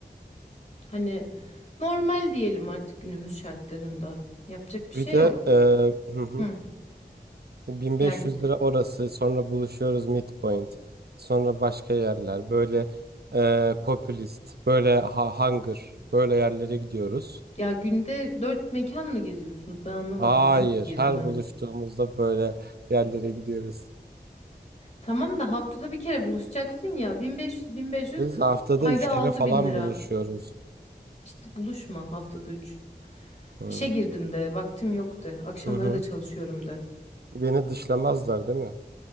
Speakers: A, on the left (about 45°); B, on the right (about 70°).
A: Hani normal diyelim artık günümüz şartlarında. Yapacak bir
B: Bir
A: şey
B: de
A: yok.
B: e, hı hı,
A: Hı.
B: 1500
A: Yani
B: lira orası sonra buluşuyoruz midpoint sonra başka yerler böyle e, popülist böyle ha- hunger böyle yerlere gidiyoruz.
A: ya günde 4 mekan mı geziyorsunuz? Ben anlamadım.
B: Hayır
A: Bu nasıl bir gezme?
B: her buluştuğumuzda böyle yerlere gidiyoruz.
A: Tamam da haftada bir kere buluşacaksın ya. 1500 1500
B: Biz haftada
A: ayda
B: 3 kere
A: altı
B: falan
A: bin lira.
B: buluşuyoruz.
A: İşte buluşma haftada 3.
B: Hı
A: İşe girdim de, vaktim yok de, akşamları
B: hı. hı.
A: da çalışıyorum de.
B: Beni dışlamazlar değil mi?